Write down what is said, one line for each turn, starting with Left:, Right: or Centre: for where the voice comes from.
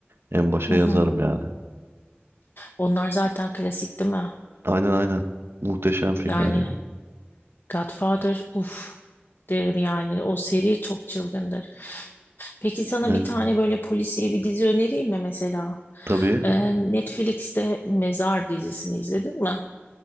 Right: en başa
Left: Hı
Right: yazarım
Left: hı.
Right: yani.
Left: Onlar zaten klasik değil mi?
Right: Aynen aynen. Muhteşem filmler
Left: Yani
Right: yani.
Left: Godfather, uf derim yani. O seri çok çılgındır. Peki sana
Right: Aynen.
Left: bir tane böyle polisiye bir dizi önereyim mi mesela?
Right: Tabii.
Left: Ee, Netflix'te Mezar dizisini izledin mi?